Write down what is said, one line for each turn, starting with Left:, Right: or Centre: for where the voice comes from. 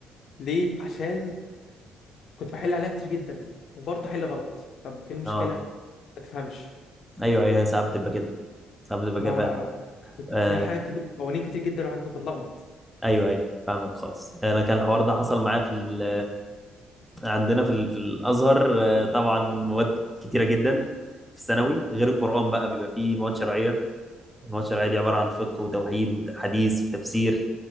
Left: ليه عشان كنت بحل عليها كتير جدا وبرضه حل غلط طب ايه المشكله
Centre: اه
Left: ما تفهمش
Centre: ايوه ايوه ساعات بتبقى كده ساعات بتبقى
Left: ما,
Centre: كده فاهم
Left: ما كنت
Centre: آه
Left: فيها حاجات كتير قوانين كتير جدا وحاجات كنت بتلخبط
Centre: ايوه ايوه فاهمك خالص آه، انا كان الحوار ده حصل معايا في ال- آه، عندنا في ال- في الازهر آه، طبعا مواد كتيره جدا في الثانوي غير القرآن بقى بيبقى فيه مواد شرعية الماتش العادي عبارة عن فقه وتوحيد وحديث وتفسير